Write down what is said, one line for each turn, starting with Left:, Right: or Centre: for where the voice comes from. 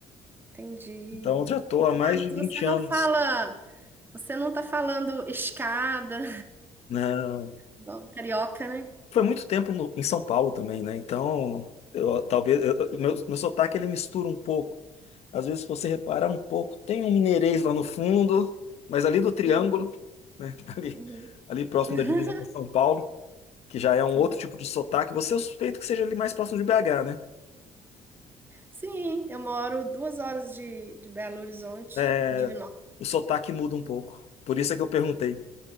Right: entendi.
Left: Então eu já estou
Right: Então,
Left: há mais
Right: ah,
Left: de
Right: mas
Left: 20
Right: você não
Left: anos.
Right: fala, você não tá falando escada,
Left: Não.
Right: igual carioca, né?
Left: Foi muito tempo no- em São Paulo também, né? Então, eu- talvez eu- eu- meu, meu sotaque ele mistura um pouco. Às vezes, se você reparar um pouco, tem um mineirês lá no fundo, mas ali do triângulo.
Right: Uhum,
Left: né? <laughs> Ali,
Right: uhum.
Left: ali próximo
Right: <laughs>
Left: da divisa com São Paulo, que já é um
Right: Sim.
Left: outro tipo de sotaque. Você eu suspeito que seja ali mais próximo de BH, né?
Right: Sim, eu moro duas horas de, de Belo Horizonte,
Left: É,
Right: Divinópolis.
Left: o sotaque muda um pouco. Por isso é que eu perguntei.